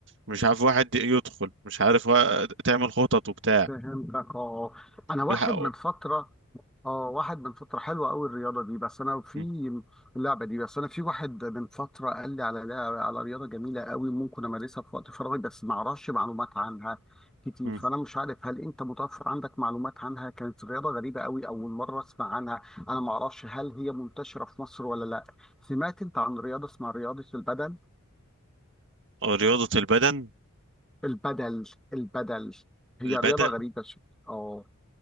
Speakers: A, on the right; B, in the centre.
A: مش عارف واحد يدخل مش عارف وا- تعمل خطط وبتاع
B: فهمتك اه انا واحد
A: والح-
B: من فتره اه واحد من فترة حلوة قوي الرياضة دي بس انا في
A: م-
B: اللعبة دي بس انا في واحد من فترة قال لي على لعبة على رياضة جميلة قوي ممكن امارسها في وقت فراغي بس ما اعرفش معلومات عنها كتير
A: م.
B: فانا مش عارف هل انت متوفر عندك معلومات عنها كانت رياضة غريبة قوي اول مرة اسمع عنها انا ما اعرفش هل هي منتشرة في مصر ولا لا سمعت انت عن رياضة اسمها رياضة البدل
A: آه، رياضة البدن
B: البدل البدل هي
A: البدن
B: رياضة غريبة شوية آه.